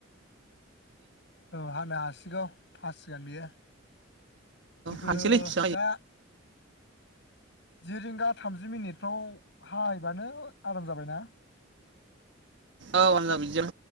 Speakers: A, on the left; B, on the right.
A: औ हानो हासिगौ। हासिगोन बियो। बेखौनो
B: हानोसैलै फिसा जायो
A: दा जि रिंगा थामजि मिनिटफ्राव हायोबानो आराम जाबायना।
B: औ अनला बिजों